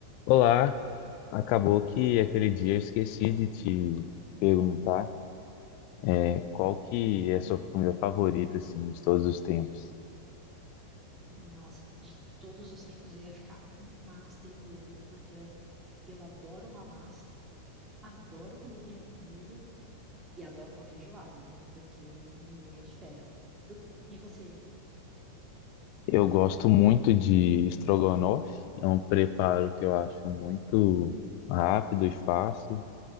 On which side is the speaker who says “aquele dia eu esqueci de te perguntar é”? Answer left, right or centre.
Left